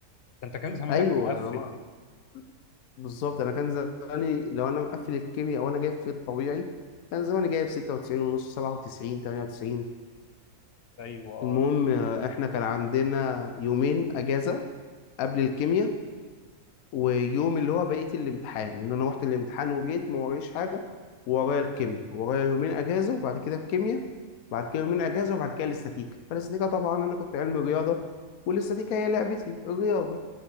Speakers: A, on the left; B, on the left.
A: ده انت كان زمانك
B: أيوه
A: مقفل
B: أنا ناقص
A: كده
B: بالظبط أنا كان زماني لو أنا مقفل الكيمياء وأنا جايب في الطبيعي كان زماني جايب 96 ونص 97 98
A: ايوه اه
B: المهم آه، إحنا كان عندنا يومين أجازة قبل الكيمياء ويوم اللي هو بقيه الامتحان ان انا رحت الامتحان وجيت ما ورايش حاجه ورايا الكيمياء ورايا يومين اجازه وبعد كده الكيمياء بعد كده يومين اجازه وبعد كده الاستاتيكا فالاستاتيكا طبعا انا كنت علمي رياضه والاستاتيكا هي لعبتي الرياضه